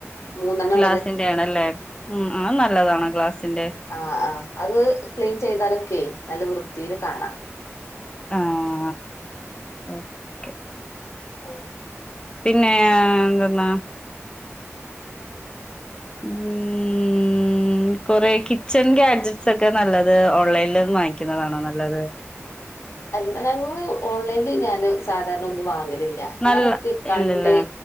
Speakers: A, on the left; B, on the left.
A: മൂന്നെണ്ണം
B: ഗ്ലാസിന്റെണല്ലേ?
A: ഉള്ളത്
B: ഉം ഉം അത് നല്ലതണ് ഗ്ലാസ്സിന്റെ
A: ആഹ് ആ്ഹ് അത് ക്ലീൻ ചെയ്താലൊക്കെ നല്ല വൃത്തീല് കാണാം
B: ആഹ് ഓക്കെ
A: ഉം
B: പിന്നെ എന്തെന്നാ ഉം ഉം കൊറെ കിച്ചൺ ഗാഡജറ്റ്സ് ഒക്കെ നല്ലത് ഓൺലൈനിൽന്ന് വാങ്ങിക്കുന്നതാണോ? നല്ലത്
A: അല്ല ഞങ്ങള് ഓൺലൈനിൽ ഞാന് സാധാരണ ഒന്നും വാങ്ങലില്ല.
B: നല്ല
A: ഞാനൊക്കെ കണ്ട്
B: ഇല്ലല്ലേ